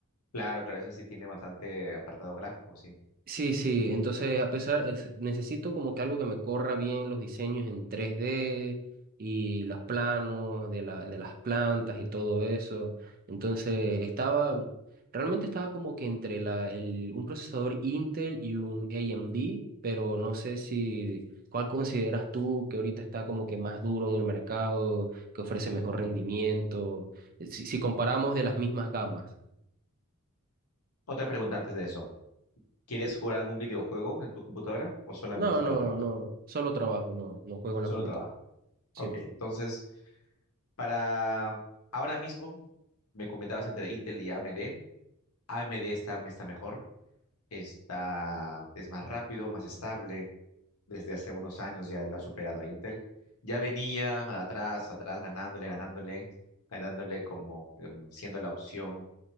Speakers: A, on the left (about 80°); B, on the right (about 40°).
A: Claro, claro, eso sí tiene bastante apartado gráfico, sí.
B: Sí, sí, entonces a pesar, es- necesito como que algo que me corra bien los diseños en tres d y los planos de la, de las plantas y todo eso. Entonces estaba, realmente estaba como que entre la, el, un procesador Intel y un AMD, pero no sé si, ¿cuál consideras tú que ahorita está como que más duro en el mercado, que ofrece mejor rendimiento? Eh, Si, si comparamos de las mismas gamas.
A: Otra pregunta antes de eso. ¿Quieres jugar algún videojuego en tu computadora o solamente
B: No,
A: es para
B: no,
A: trabajo?
B: no, solo trabajo, no, no juego en
A: Solo
B: la computadora.
A: trabajo.
B: Sí.
A: Ok, entonces, para ahora mismo, me comentabas entre Intel y AMD. AMD está, está mejor, está, es más rápido, más estable. Desde hace unos años ya lo ha superado a Intel. Ya venía atrás, atrás, ganándole, ganándole, ganándole como em, siendo la opción